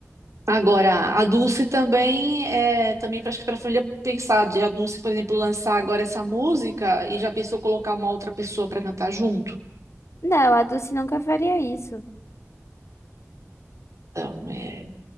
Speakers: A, on the right (about 75°); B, on the left (about 60°).
A: Agora, a Dulce também é também acho que para a família pensar de a Dulce, por exemplo, lançar agora essa música e já pensou colocar uma outra pessoa para cantar junto.
B: Não, a Dulce nunca faria isso.
A: Então, é...